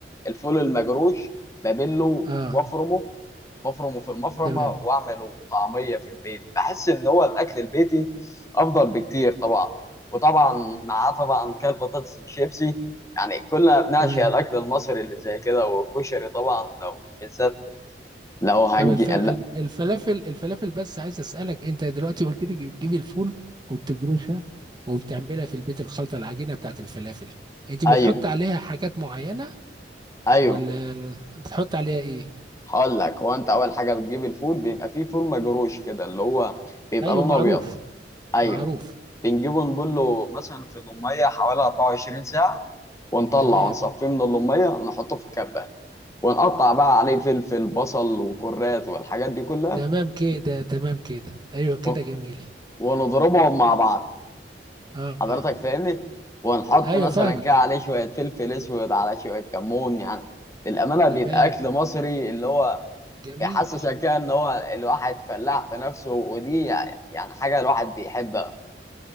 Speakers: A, on the left (about 20°); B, on the right (about 25°).
A: الفول المجروش ببله
B: اه
A: وافرمه مفرمه في المفرمه
B: تمام
A: واعمله طعميه في البيت بحس ان هو الاكل البيتي افضل بكتير طبعا وطبعا معاه طبعا كان بطاطس الشيبسي يعني كلنا بنعشق
B: تمام
A: الاكل المصري اللي زي كده والكشري طبعا لو بالذات لو هنجي
B: طب الف...
A: لا
B: ال- الفلافل الفلافل بس عايز اسالك انت دلوقتي قلت لي بتجيبي الفول وبتجروشها وبتعملها في البيت الخلطه العجينه بتاعت الفلافل انت بتحط
A: ايوه
B: عليها حاجات معينه
A: ايوه
B: ولا بتحط عليها ايه
A: هقول لك هو انت اول حاجه بتجيب الفول بيبقى فيه فول مجروش كده اللي هو بيبقى
B: ايوه
A: لونه
B: معروف
A: ابيض ايوه
B: معروف
A: بنجيبه نبله مثلا في الميه حوالي 24 ساعه ونطلع
B: تمام
A: ونصفيه من اللميه نحطه في الكبه ونقطع بقى عليه فلفل بصل وكرات والحاجات دي كلها
B: تمام كده تمام كده ايوه كده
A: ون-
B: جميل
A: ونضربهم مع بعض
B: اه
A: حضرتك
B: اه
A: فاهمني ونحط
B: ايوه
A: مثلا
B: فاهمك
A: كده عليه شوية فلفل اسود على شوية كمون يعني للأمانة
B: تمام
A: بيبقى أكل مصري اللي هو
B: جميل
A: بيحسسك كده إن هو الواحد فلاح في نفسه ودي يعني حاجة الواحد بيحبها